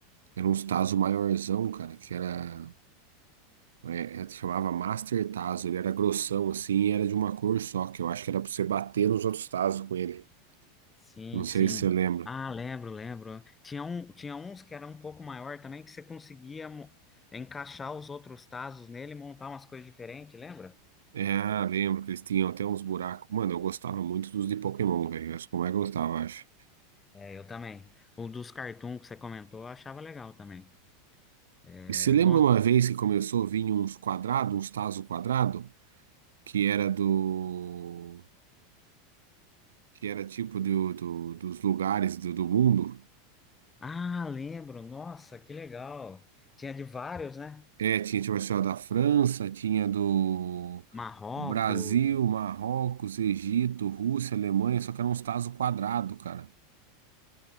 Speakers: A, on the right; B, on the left.
A: era uns Tazo maiorzão, cara, que era, é, é, chamava Master Tazo. Ele era grossão, assim, e era de uma cor só, que eu acho que era pra você bater nos outros Tazo com ele.
B: Sim,
A: Não sei
B: sim.
A: se você lembra.
B: Ah, lembro, lembro. Tinha um, tinha uns que era um pouco maior também, que você conseguia mo- encaixar os outros Tazos nele e montar umas coisas diferentes, lembra?
A: É, ah, lembro que eles tinham até uns buracos. Mano, eu gostava muito dos de Pokémon, velho. Acho que como é que eu gostava, acho.
B: É, eu também. O dos cartoon que você comentou, eu achava legal também. É,
A: E se lembra
B: no-
A: uma vez que começou a vir uns quadrados, uns Tazo quadrado, que era do que era tipo do, do- dos lugares do, do mundo.
B: Ah, lembro. Nossa, que legal. Tinha de vários, né?
A: É, tinha tipo assim, ó, da França, tinha do
B: Marrocos.
A: Brasil, Marrocos, Egito, Rússia, Alemanha, só que eram uns tazos quadrados, cara.